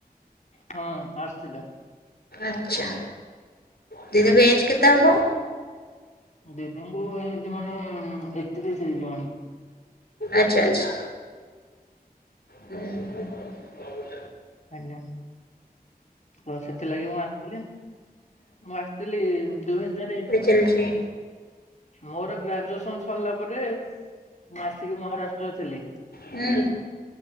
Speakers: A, on the left; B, on the left.
A: ହଁ ଆର୍ଟ୍ସ ଥିଲା।
B: ଆଛା ଦିଦିଙ୍କୁ ଏଜ କେତେ ହବ?
A: ଦିଦିଙ୍କୁ ହେଇଯିବଣି ଏକତିରିଶି ହେଇଯିବଣି।
B: ଆଛା ଆଛା। ହୁଁ ହୁଁ।
A: ଆଜ୍ଞା। ଆଉ ସେଥିଲାଗି ମୁଁ ଆସିଥିଲି ମୁଁ ଆସିଥିଲି ଦୁଇ ହଜାରେ
B: ଚାଲିଚି।
A: ମୋର ଗ୍ରାଜୁଏସନ ସରିଲା ପରେ ମୁଁ ଆସିକି ମହାରାଷ୍ଟ୍ରରେ ଥିଲି।
B: ହୁଁ